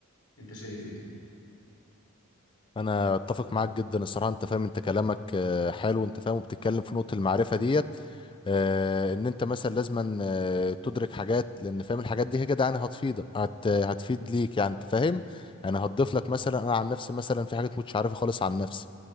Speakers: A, on the left (about 85°); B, on the left (about 25°).
A: أنت شايف إيه؟
B: انا اتفق معاك جدا الصراحه انت فاهم انت كلامك آه، حلو انت فاهم وبتتكلم في نقطه المعرفه ديت آه، ان انت مثلا لازما آه، تدرك حاجات لان فاهم الحاجات دي هي كده يعني هتفيدك هت هتفيد ليك يعني انت فاهم يعني هتضيف لك مثلا انا عن نفسي مثلا في حاجات مش عارفها خالص عن نفسي